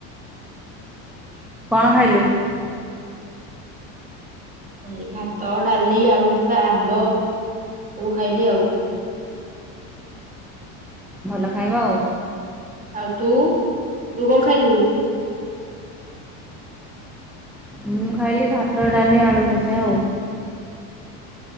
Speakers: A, in the centre; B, on the right.
A: କଣ ଖାଇଲୁ।
B: ଏଇ ଭାତ ଡାଲି ଆଳୁ ଭର୍ତ୍ତା ଆମ୍ବ ସବୁ ଖାଇଲି ଆଉ।
A: ଭଲ ଖାଇବା ଆଉ।
B: ଆଉ ତୁ ତୁ କଣ ଖାଇଲୁ।
A: ମୁଁ ଖାଇଲି ଭାତ ଡାଲି ଆଣ। କ ବଜାଉ
B: ଖାଲି
A: <unintelligible>